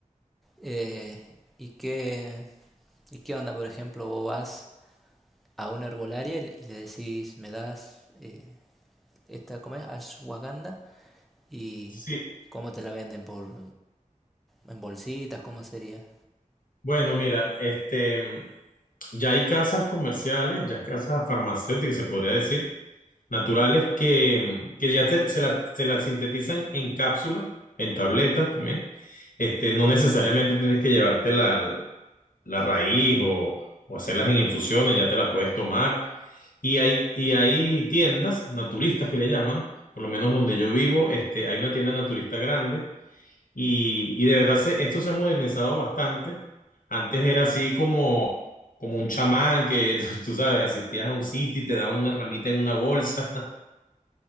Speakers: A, in the centre; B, on the left.
A: Eh, ¿y qué, ¿Y qué onda, por ejemplo, vos vas a una herbolaria y le decís, me das eh, esta, ¿cómo es? Ashwagandha y
B: Sí.
A: cómo te la venden por en bolsitas, ¿cómo sería?
B: Bueno, mira, este, ya hay casas comerciales, ya casas farmacéuticas, se podría decir, naturales que, que ya se, se la, se la sintetizan en cápsula, en tabletas también. Este, no necesariamente tienes que llevarte la, la raíz o, o hacerlas en infusiones, ya te las puedes tomar. Y hay, y hay tiendas naturistas que le llaman, por lo menos donde yo vivo, este, hay una tienda naturista grande y, y de verdad se- esto se ha modernizado bastante. Antes era así como, como un chamán que, <laughs> tú sabes, asistías a un sitio y te daban una ramita en una bolsa.